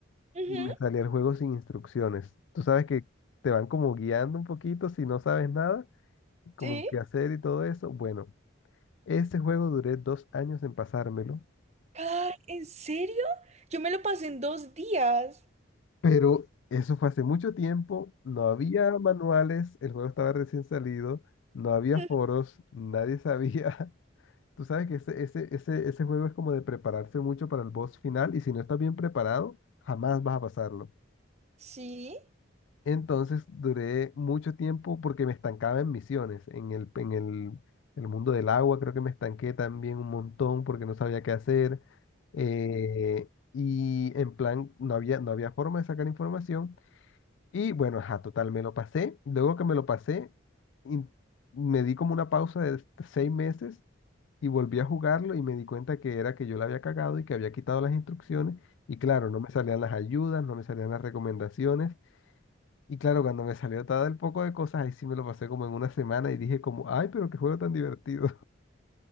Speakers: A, on the right; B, on the left.
A: ujú,
B: y me salía el juego sin instrucciones. Tú sabes que te van como guiando un poquito si no sabes nada, como
A: sí.
B: qué hacer y todo eso. Bueno, ese juego duré dos años en pasármelo
A: Ay, ¿en serio? Yo me lo pasé en dos días.
B: Pero eso fue hace mucho tiempo, no había manuales, el juego estaba recién salido, no había
A: Ujú,
B: foros, nadie sabía. <laughs> Tú sabes que ese, ese, ese, ese juego es como de prepararse mucho para el boss final y si no estás bien preparado, jamás vas a pasarlo.
A: Sí.
B: Entonces duré mucho tiempo porque me estancaba en misiones, en el, en el, el mundo del agua creo que me estanqué también un montón porque no sabía qué hacer. eh, y en plan, no había, no había forma de sacar información. Y bueno, ajá, total, me lo pasé. Luego que me lo pasé, in- me di como una pausa de este, seis meses y volví a jugarlo y me di cuenta que era que yo la había cagado y que había quitado las instrucciones. Y claro, no me salían las ayudas, no me salían las recomendaciones. Y claro, cuando me salió todo el poco de cosas, ahí sí me lo pasé como en una semana y dije como, ay, pero qué juego tan divertido.